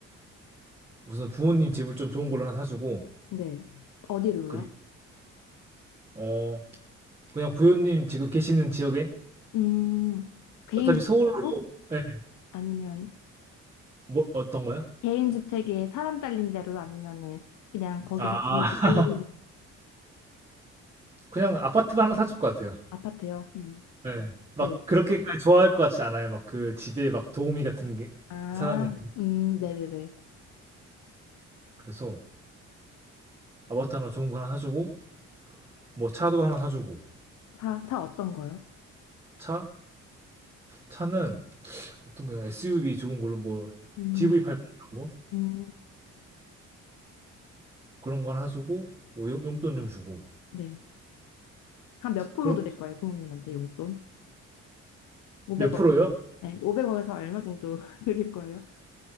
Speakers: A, on the right; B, on the left.
A: 우선 부모님 집을 좀 좋은 걸로 하나 사주고
B: 네. 어디로요?
A: 그리고 어 그냥 부모님 지금 계시는 지역에
B: 음, 개인주택으로?
A: 어차피 서울로 예,
B: 아니면
A: 뭐 어떤 거요?
B: 개인주택에 사람 딸린 대로 아니면은 그냥 거기서
A: 아
B: 지고
A: 그냥 아파트만 하나 사줄 것 같아요
B: 아파트요? 음,
A: 네. 막
B: 네.
A: 그렇게까지 좋아할 것 같지 않아요 막 그 집에 막 도우미 같은 게-
B: 아,
A: 사람이
B: 음, 네네네.
A: 그래서 아파트 하나 좋은 거 하나 사주고 뭐 차도 하나 사주고
B: 차, 차 어떤 거요?
A: 차? 차는 어떤 거요? SUV 좋은 걸로 뭐
B: 음,
A: GV80 이런
B: 음,
A: 그런 걸 하시고 뭐 용, 돈좀 주고
B: 네. 한 몇 프로
A: 그렇게
B: 드릴 거예요, 부모님한테 용돈? 500억.
A: 몇 프로요?
B: 네, 5억에서 얼마 정도 <laughs> 드릴 거예요?